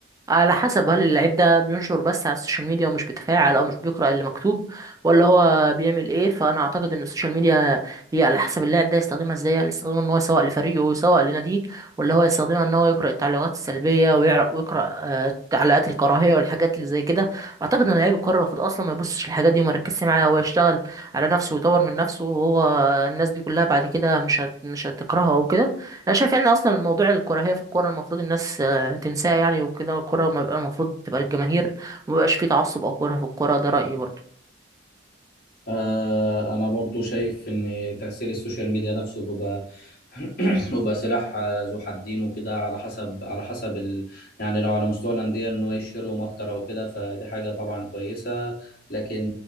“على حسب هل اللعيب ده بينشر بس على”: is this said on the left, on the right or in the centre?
Right